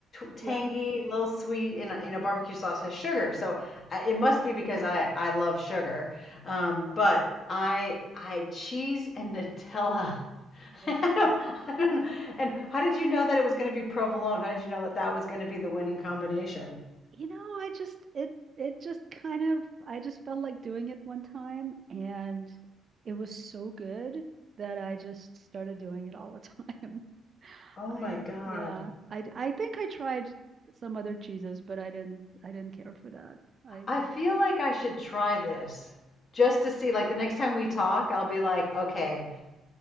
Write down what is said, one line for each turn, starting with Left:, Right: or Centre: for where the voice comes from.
Left: tangy,
Right: Yeah.
Left: a little sweet, and uh, you know
Right: Yeah.
Left: barbecue sauce has sugar. So I, it must be because I I love sugar. Um, but I I cheese and Nutella. <laughs>
Right: Yeah.
Left: I don't, I don't, know. and how did you know that it was going to be provolone? How did you know that that was going to be the winning combination?
Right: you know, I just it it just kind of I just felt like doing it one time and it was so good that I just started doing it all the time. <laughs>
Left: Oh
Right: I
Left: my God.
Right: yeah, I I think I tried some other cheeses, but I didn't I didn't care for that. I
Left: I feel like I should try this just to see. Like the next time we talk, I'll be like, okay,